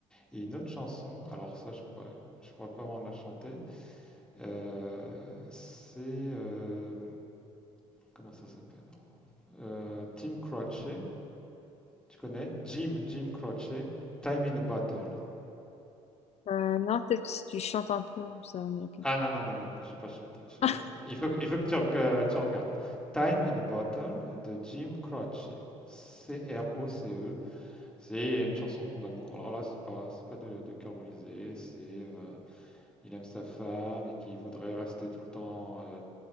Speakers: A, in the centre; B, on the left.
A: Et une autre chanson, alors ça, je pourrais, je pourrais pas vraiment la chanter, Euh, c'est euh, comment ça s'appelle Euh, Tim Croce, tu connais Jim, Jim Croce, Time in a Bottle.
B: Euh, non, peut-être que si tu chantes un peu, ça va me dire quelque
A: Ah
B: chose.
A: non non non non non, je sais pas chanter, je sais
B: <laughs>
A: pas chanter. Il faut que- il faut que tu, rega- tu regardes Time in a Bottle de Jim Croce. C R O C E, c'est une chanson d'amour. Alors là, c'est pas c'est pas de, de cœur brisé, c'est euh, il aime sa femme et qu'il voudrait rester tout le temps euh,